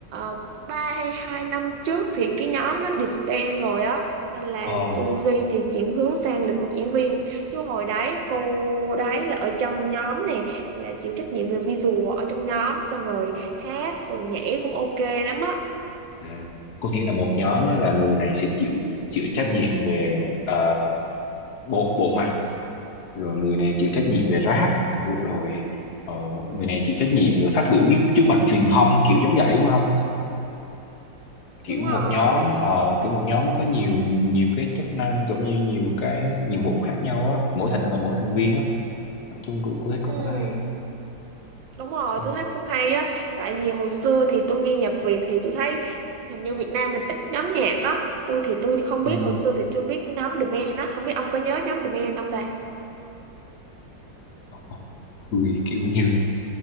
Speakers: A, on the right (about 75°); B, on the left (about 60°).
A: uh, 3 hay 2 năm trước thì cái nhóm nó disband rồi á nên là
B: ờ
A: Suzy thì chuyển hướng sang lĩnh vực diễn viên chứ hồi đấy cô đấy là ở trong nhóm này là chịu trách nhiệm về visual ở trong nhóm xong rồi hát rồi nhảy cũng ok lắm á
B: À, có nghĩa là một nhóm á, là người này sẽ chịu chịu trách nhiệm về ờ, bộ bộ mặt rồi người này chịu trách nhiệm về rap rồi ờ, người này chịu trách nhiệm về phát biểu trước trước mặt truyền thông kiểu giống vậy đúng không kiểu
A: đúng
B: một
A: rồi
B: nhóm ờ, kiểu một nhóm nó có nhiều nhiều cái chức năng cũng như nhiều cái nhiệm vụ khác nhau á mỗi thành ở mỗi thành viên á nói chung cũng cũng thấy cũng
A: ừ
B: hay
A: Đúng rồi,
B: không
A: tôi thấy cũng hay á. Tại vì hồi xưa thì tôi nghe nhạc Việt thì tôi thấy hình như Việt Nam mình ít nhóm nhạc á. Tôi thì tôi không
B: ừ.
A: biết, hồi xưa thì tôi biết nhóm The Man á. Không biết ông có nhớ nhóm The Man không ta?
B: Ờ, ờ, Tôi kiểu như